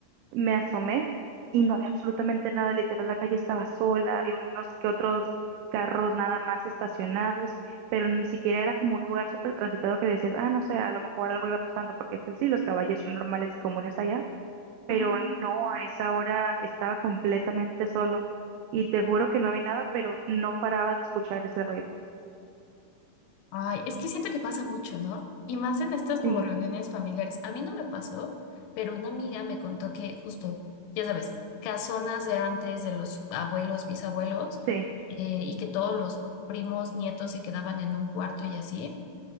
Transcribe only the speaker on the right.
me asomé y no había absolutamente nada, literal, la calle estaba sola, había unos que otros carros nada más estacionados, pero ni siquiera era como un lugar súper transitado que decías, ah, no sé, a lo mejor algo iba pasando, porque este, sí, los caballos son normales y comunes allá, pero
no, a esa hora estaba completamente solo y te juro que no vi nada, pero no paraba de escuchar ese ruido.
Sí,
sí.